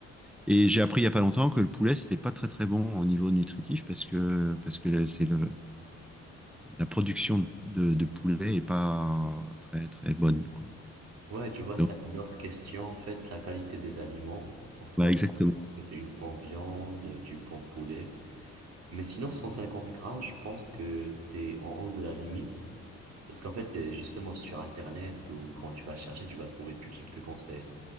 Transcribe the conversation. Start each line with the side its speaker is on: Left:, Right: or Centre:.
Centre: Et j'ai appris il n'y a pas longtemps que le poulet, c'était pas très très bon au niveau nutritif parce que, parce que le- c'est le, la production de, de de poulet est pas très très bonne, quoi.
Right: Ouais, tu vois, c'est
Centre: Donc,
Right: une autre question, en fait, la qualité des aliments, en soi,
Centre: ouais, exactement.
Right: parce que c'est une bonne viande, du bon poulet. Mais sinon, 150 grammes, je pense que t'es en haut de la limite. Parce qu'en fait, euh, justement, sur Internet ou quand tu vas chercher, tu vas trouver tout type de conseils.